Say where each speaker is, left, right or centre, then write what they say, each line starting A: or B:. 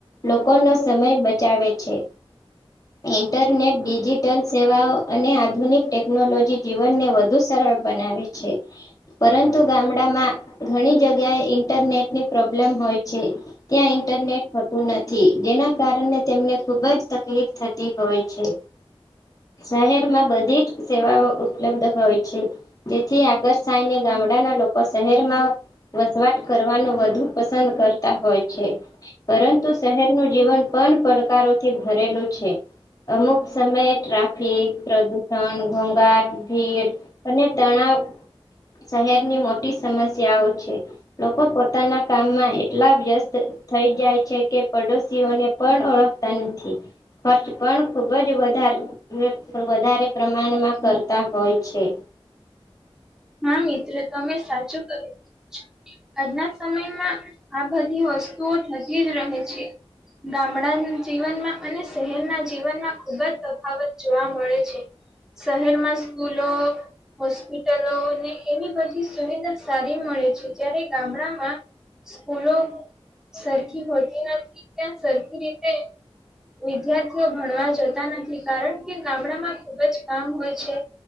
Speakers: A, on the left; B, in the centre.
A: લોકોનો સમય બચાવે છે. ઇન્ટરનેટ ડિજિટલ સેવાઓ અને આધુનિક ટેકનોલોજી જીવનને વધુ સરળ બનાવે છે પરંતુ ગામડામાં ઘણી જગ્યાએ ઇન્ટરનેટની પ્રોબ્લેમ હોય છે. ત્યાં ઇન્ટરનેટ થતું નથી જેના કારણે તેમને ખુબ જ તકલીફ થતી હોય છે. શહેરમાં બધી જ સેવાઓ ઉપલબ્ધ હોય છે જેથી આકર્ષાયને ગામડાના લોકો શહેરમાં વસવાટ કરવાનું વધુ પસંદ કરતા હોય છે. પરંતુ શહેરનું જીવન પણ પડકારોથી ભરેલું છે. અમુક સમયે ટ્રાફિક પ્રદૂષણ ઘોંઘાટ ભીડ અને તણાવ શહેરની મોટી સમસ્યાઓ છે. લોકો પોતાના કામમાં એટલા વ્યસ્ત થઈ જાય છે કે પડોશીઓને પણ ઓળખતા નથી. ખર્ચ પણ ખુબ જ વધારે <unintelligible> વધારે પ્રમાણમાં કરતા હોય છે.
B: હા મિત્ર તમે સાચું કહો છો. આજના સમયમાં આ બધી વસ્તુઓ થતી જ રહે છે. ગામડા જીવનમાં અને શહેરના જીવનમાં ખુબ જ તફાવત જોવા મળે છે. શહેરમાં સ્કૂલો હોસ્પિ હોટલોને એવી બધી સુવિધા સારી મળે છે જ્યારે ગામડામાં સ્કૂલો સરખી હોતી નથી ત્યાં સરખી રીતે વિદ્યાર્થીઓ ભણવા જતા નથી કારણ કે ગામડામાં ખુબ જ કામ હોય છે.